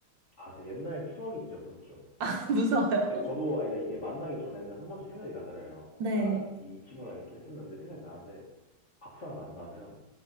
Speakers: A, on the left; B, on the right.
A: 아, 그 옛날 추억이 진짜 무섭죠.
B: <laughs> 무서워요.
A: 그 저도 아 그러니까 이게 만나기 전에는 한 번씩 생각이 나잖아요.
B: 네.
A: 아, 이 이 친구랑 이렇게 했었는데 생각이 나는데 막상 만나면